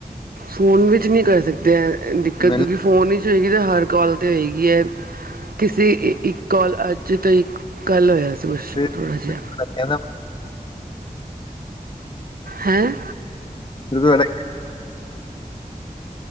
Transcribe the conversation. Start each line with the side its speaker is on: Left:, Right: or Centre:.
Right: ਫੋਨ ਵਿੱਚ ਨਈ ਕਰ ਸਕਦੇ ਐ ਦਿੱਕਤ
Left: ਮੈਨੂੰ
Right: ਕਿਉਂਕਿ ਫ਼ੋਨ ਵਿੱਚ ਹੋਏਗੀ ਤਾਂ ਹਰ ਕੋਲ 'ਤੇ ਓਏਗੀ ਐ ਕਿਸੇ ਇੱਕ ਕੋਲ ਅੱਜ ਤੋਂ ਇੱਕ ਕੱਲ ਹੋਇਆ ਸੀ ਕੁਛ
Left: ਫਿਰ
Right: ਥੋੜਾ ਜੇਆ।
Left: <inaudible>
Right: ਹੈਂ।
Left: <inaudible>